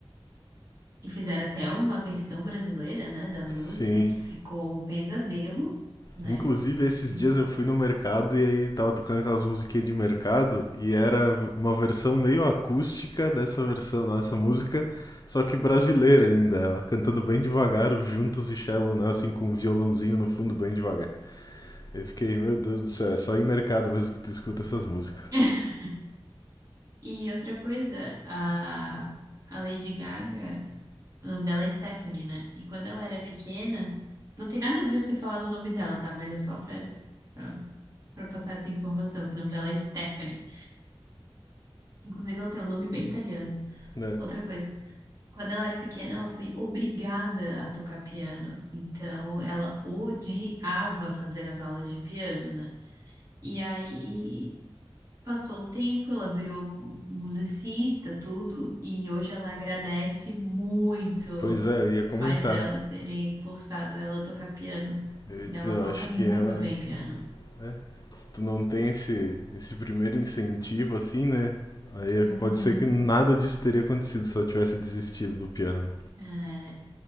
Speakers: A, on the right; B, on the left.
A: que fizeram até uma versão brasileira, né, da música,
B: sim.
A: que ficou um pesadelo, né?
B: Inclusive, esses
A: Uhum.
B: dias eu fui no mercado e aí tava tocando aquelas musiquinhas de mercado e era uma versão meio acústica dessa versão, dessa música, só que brasileira ainda, ela cantando bem devagar, o Juntos e Shallow Now, assim, com um violãozinho no fundo bem devagar. Eu fiquei, meu Deus do céu, é só em mercado mesmo que tu escuta essas músicas,
A: <laughs> E outra coisa, a, a Lady Gaga O nome dela é Stephanie, né? E quando ela era pequena, não tem nada a ver eu ter falado o nome dela, tá? Mas é só pra, pra, pra passar essa informação. O nome dela é Stephanie. Inclusive, ela tem um nome bem italiano.
B: né?
A: Outra coisa, quando ela era pequena, ela foi obrigada a tocar piano. Então, ela odiava fazer as aulas de piano, né? E aí. Passou o tempo, ela virou musicista, tudo, e hoje ela agradece muito
B: Pois é, eu ia
A: os
B: comentar.
A: pais dela terem forçado ela a tocar piano.
B: Eu ia
A: E
B: dizer,
A: ela
B: eu
A: toca
B: acho
A: muito
B: que ela
A: bem piano.
B: É. Se tu não tem esse, esse primeiro incentivo, assim, né? Aí
A: Uhum.
B: pode ser que nada disso teria acontecido se ela tivesse desistido do piano, né?
A: É,